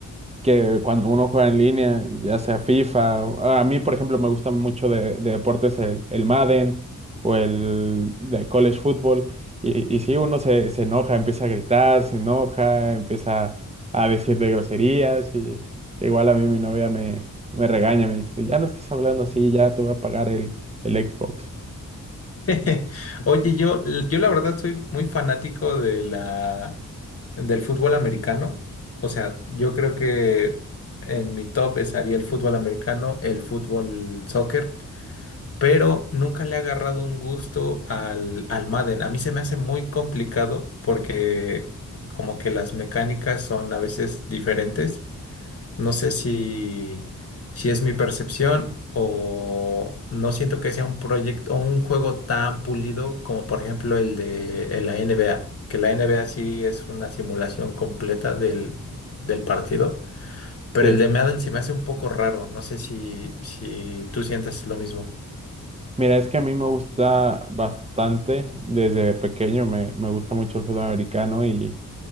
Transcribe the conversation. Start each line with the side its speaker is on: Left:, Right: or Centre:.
Right: que cuando uno juega en línea, ya sea FIFA, o- a mí por ejemplo me gusta mucho de, de deportes el, el Madden o el de college football, y, y sí, uno se, se enoja, empieza a gritar, se enoja, empieza a decir de groserías, y igual a mí mi novia me, me regaña, me dice, ya no estás hablando así, ya te voy a pagar el, el Xbox.
Left: <laughs> Oye, yo, yo la verdad soy muy fanático de la, del fútbol americano. O sea, yo creo que en mi top estaría el fútbol americano, el fútbol soccer. pero nunca le he agarrado un gusto al, al Madden. A mí se me hace muy complicado porque como que las mecánicas son a veces diferentes. No sé si, si es mi percepción o no siento que sea un proyecto o un juego tan pulido como por ejemplo el de el la NBA, que la NBA sí es una simulación completa del, del partido. Pero
Right: Sí.
Left: el de Madden se me hace un poco raro. No sé si, si tú sientes lo mismo.
Right: Mira, es que a mí me gusta bastante, desde pequeño me, me gusta mucho el fútbol americano y,